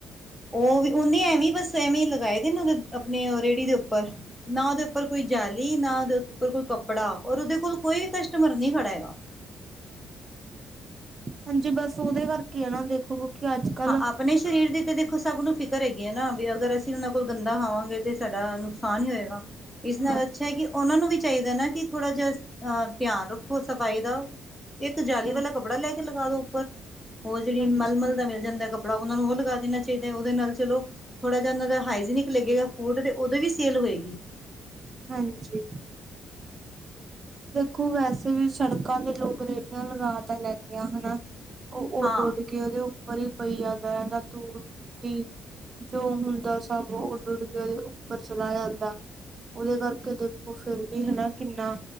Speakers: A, in the centre; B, on the right.
A: ਉਹ ਵੀ ਉਹਨੇ ਐਵੇਂ ਬਸ ਐਵੇਂ ਲਗਾਏ ਦੇ ਨੇ ਆਪਣੀ ਓੁਹ ਰੇਹੜੀ ਦੇ ਉੱਪਰ। ਨਾ ਉਹਦੇ ਉੱਪਰ ਕੋਈ ਜਾਲੀ ਨਾ ਉਹਦੇ ਉੱਪਰ ਕੋਈ ਕੱਪੜਾ ਔਰ ਉਹਦੇ ਕੋਲ ਕੋਈ ਵੀ ਕਸਟਮਰ ਨਹੀਂ ਖੜਾ ਹੈਗਾ।
B: ਹਾਂਜੀ ਬਸ ਉਹਦੇ ਕਰਕੇ ਆ ਨਾ ਦੇਖੋ। ਕਿਉਂਕਿ ਅੱਜ ਕੱਲ
A: ਹਾਂ ਆਪਣੇ ਸਰੀਰ ਦੀ ਤੇ ਦੇਖੋ ਸਭ ਨੂੰ ਫਿਕਰ ਹੈਗੀ ਹੈ ਨਾ ਵੀ ਅਗਰ ਅਸੀਂ ਅਸੀਂ ਉਹਨਾਂ ਕੋਲ ਗੰਦਾ ਖਾਵਾਂਗੇ ਤੇ ਸਾਡਾ ਨੁਕਸਾਨ ਹੀ ਹੋਏਗਾ।
B: ਹਾਂ
A: ਇਸ ਨਾਲ ਅੱਛਾ ਹੈ ਕਿ ਉਹਨਾਂ ਨੂੰ ਵੀ ਚਾਹੀਦਾ ਨਾ ਕਿ ਥੋੜ੍ਹਾ ਜਿਹਾ ਅਹ ਧਿਆਨ ਰੱਖੋ ਸਫ਼ਾਈ ਦਾ। ਇੱਕ ਜਾਲੀ
B: ਹਾਂ
A: ਵਾਲਾ ਕੱਪੜਾ ਲੈ ਕੇ ਲਗਾ ਦੋ ਉੱਪਰ। ਉਹ ਜਿਹੜੀ
B: ਹਾਂਜੀ
A: ਮਲਮਲ ਦਾ ਮਿਲ ਜਾਂਦਾ ਹੈ ਕੱਪੜਾ ਉਹਨਾਂ ਨੂੰ ਉਹ ਲਗਾ ਦੇਣਾ ਚਾਹੀਦਾ ਹੈ ਉਹਦੇ ਨਾਲ ਚਲੋ ਥੋੜਾ ਜਿਹਾ ਉਹਨਾਂ ਦਾ ਹਾਈਜੀਨਿਕ ਲੱਗੇਗਾ ਫੂਡ ਤੇ ਉਦੋਂ ਵੀ ਸੇਲ ਹੋਏਗੀ।
B: ਹਾਂਜੀ। ਦੇਖੋ ਵੈਸੇ ਵੀ ਸੜਕਾਂ ਤੇ ਲੋਕ ਰੇਹੜੀਆਂ ਲਗਾ ਤਾਂ ਲੈਂਦੇ ਆ ਹਨਾ ਓ ਉੱਡ-
A: ਹਾਂ
B: ਉੱਡ ਕੇ ਓਦੇ ਉੱਪਰ ਈ ਪਈ ਜਾਂਦਾ ਰੇਂਦਾ ਧੂੜ ਮਿੱਟੀ। ਜੋ ਹੁੰਦਾ ਸਭ ਉੱਡ -ਉੱਡ ਕੇ ਓਦੇ ਉੱਪਰ ਚਲਾ ਜਾਂਦਾ। ਓਦੇ ਕਰਕੇ ਦੇਖੋ ਫੇਰ ਵੀ ਹਨਾ ਕਿੰਨਾ